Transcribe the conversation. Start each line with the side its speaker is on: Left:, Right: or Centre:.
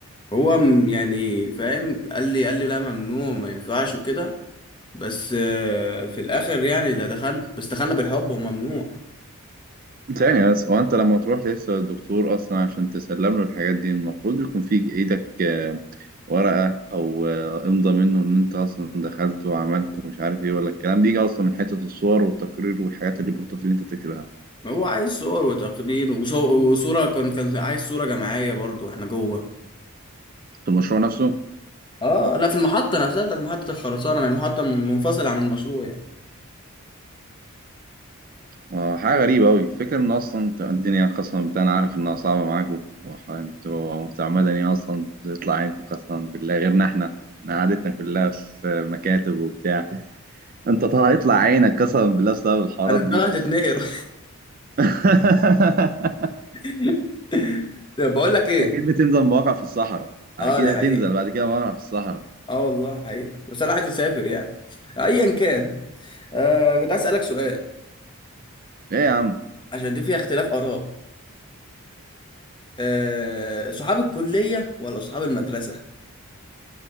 Left: هو م- يعني فاهم قال لي قال لي لا ممنوع ما ينفعش وكده بس آه، في الاخر يعني ده دخلنا بس دخلنا بالحب وممنوع
Right: ثانية بس هو أنت لما تروح لسه الدكتور أصلا عشان تسلم له الحاجات دي المفروض يكون في إيدك آه، ورقة أو آه، إمضى منه إن أنت أصلا دخلت وعملت ومش عارف إيه ولا الكلام بيجي أصلا من حتة الصور والتقرير والحاجات الريبورتات اللي أنت بتكتبها
Left: هو عايز صور وتقرير وصو- وصورة كان كان عايز صورة جماعية برضو واحنا جوه
Right: في المشروع نفسه
Left: اه لا في المحطة نفسها بتاعت محطة الخرسانة يعني المحطة منفصلة عن المشروع يعني
Right: آه، حاجة غريبة أوي فكرة إن أصلا أنت- الدنيا خاصة بالله أنا عارف إنها صعبة معاكم وأنتوا بتاع مدني أصلا بتطلع عينكم قسما بالله غيرنا إحنا إحنا قعدتنا كلها في مكاتب وبتاع انت ترى هيطلع عينك قسما بالله بسبب الحوارات
Left: انا دماغي
Right: دي
Left: هتتنقر
Right: <laughs>
Left: <laughs> طب بقول لك ايه
Right: اكيد بتنزل مواقع في الصحراء اكيد
Left: اه دي
Right: هتنزل
Left: حقيقة
Right: بعد كده مواقع في الصحراء
Left: اه والله حقيقة بس انا عايز اسافر يعني ايا كان آه كنت عايز اسألك سؤال
Right: ايه يا عم
Left: عشان دي فيها اختلاف اراء آه صحاب الكلية ولا صحاب المدرسة